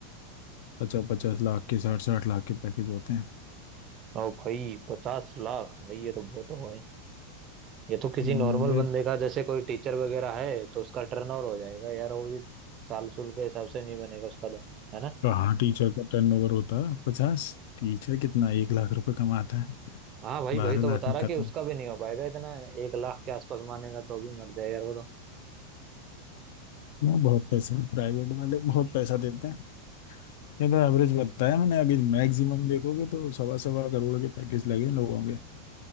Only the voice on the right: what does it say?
ओ भाई पचास लाख भाई ये तो बहुत हो ये तो किसी
नॉर्मल
बंदे का जैसे कोई टीचर वगैरह है तो उसका टर्न ओवर हो जाएगा यार वो भी साल सुल के हिसाब से नहीं बनेगा उसका तो है ना
हाँ भाई
वही तो
बता
रहा
कि उसका भी नहीं हो पाएगा इतना एक लाख के आसपास मानेगा तो भी मर जाएगा यार वो तो